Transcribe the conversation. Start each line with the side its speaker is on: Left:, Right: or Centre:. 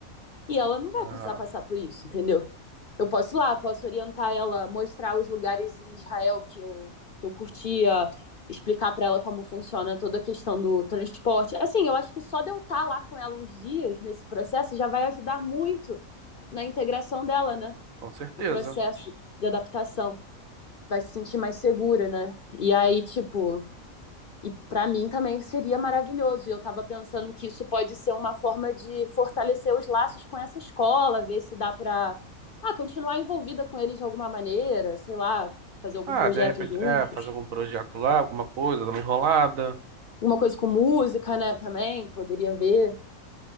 Left: E ela não vai
Right: Aham,
Left: precisar passar por isso, entendeu? eu posso ir lá, posso orientar ela, mostrar os lugares em Israel que eu, que eu curtia, explicar para ela como funciona toda a questão do transporte. Assim, eu acho que só de eu estar lá com ela uns dias nesse processo já vai ajudar muito na integração dela, né?
Right: com certeza.
Left: No processo de adaptação. Vai se sentir mais segura, né? E aí, tipo, e para mim também seria maravilhoso. E eu estava pensando que isso pode ser uma forma de fortalecer os laços com essa escola, ver se dá para ah, continuar envolvida com eles de alguma maneira, sei lá, fazer algum
Right: Ah,
Left: projeto
Right: de repente,
Left: juntos.
Right: é, fazer algum projeto lá, alguma coisa, dar uma enrolada.
Left: Uma coisa com música, né, também, poderia ver.